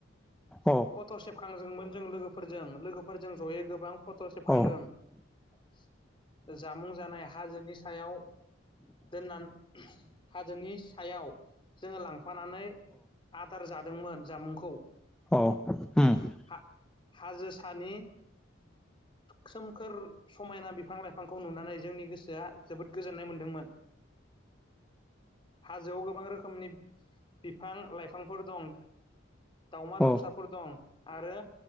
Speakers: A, in the centre; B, on the left.
A: औ
B: । फट' सेबखांदोंमोन जों लोगोफोरजों लोगोफोरजों ज'यै गोबां फट' सेबखांदों
A: औ
B: । जामुं जानाय हाजोनि सायाव दोनान हाजोनि सायाव जोङो लांफानानै आदार जादोंमोन जामुंखौ ।
A: अ हुम ।
B: हाजो सानि सोमखोर समायना बिफां लाइफांखौ नुनानै जोंनि गोसोआ जोबोद गोजोननाय मोनदोंमोन । <unintelligible> <inaudible> हाजोआव गोबां रोखोमनि बिफां लाइफांफोर दं! दाावमा
A: औ
B: दाउसाफोर दं आरो-